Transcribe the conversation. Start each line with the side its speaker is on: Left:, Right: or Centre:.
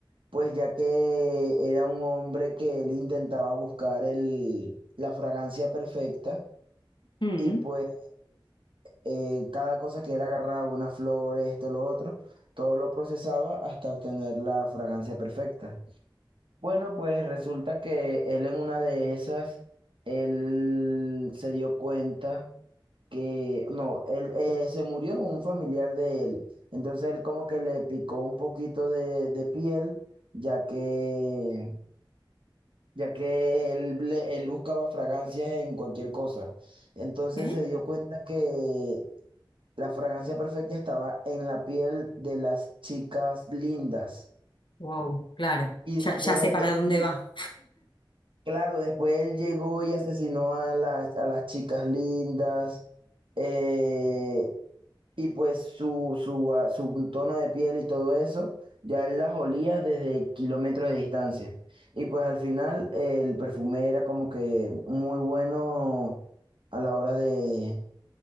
Right: Pues ya que era un hombre que él intentaba buscar el, la fragancia perfecta
Left: Mm,
Right: y pues eh, cada cosa que él agarraba, una flor, esto, lo otro, todo lo procesaba hasta obtener la fragancia perfecta. Bueno, pues resulta que él en una de esas, él se dio cuenta que no, él eh, se murió un familiar de él. Entonces él como que le picó un poquito de, de piel, ya que, ya que él, le- él buscaba fragancias en cualquier cosa. Entonces
Left: ok.
Right: se dio cuenta que la fragancia perfecta estaba en la piel de las chicas lindas.
Left: Wow, claro,
Right: Y
Left: ya,
Right: después
Left: ya sé para
Right: él,
Left: dónde
Right: lle-
Left: va.
Right: claro, después él llegó y asesinó a las, a las chicas lindas. eh, Y pues su, su, ah, su tono de piel y todo eso, ya él las olía desde kilómetros de distancia. Y pues al final eh, el perfume era como que muy bueno a la hora de,